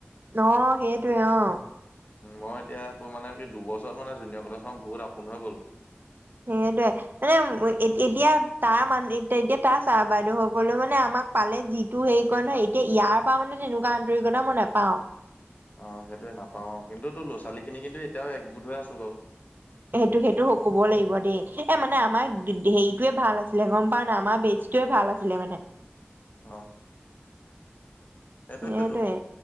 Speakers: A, on the right; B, on the left.
A: ন সেইটোৱে অ
B: মই এতিয়া তোৰ মানে কি দুবছত মানে জুনিয় কলেজখন বহুত আপোন হৈ গ'ল
A: সেইটোয়ে মানে এতিয়া তাৰ মান এতিয়া এতিয়া তাৰ চাৰ বাইদেউ সকলৌ মানে আমাক পালে যিটো হেৰি কৰে নহয় এতিয়া ইয়াৰ পৰা মানে তেনেকুৱা আন্তৰিকতা মই নোপাও
B: অ সেইটোৱে নাপাওঁ কিন্তু তো ল'ৰা-ছোৱালীখিনি কিন্তু এতিয়াও একগোট হৈ আছো বাৰু
A: সেইটো সেইটো কব লাগিব দেই এ মানে আমাৰ হেৰিটোৱে ভাল আছিলে গম পা না আমাৰ বেছ সটোৱে ভাল আছিলে মানে
B: অ সেইটোৱেতো।
A: সেইটোৱে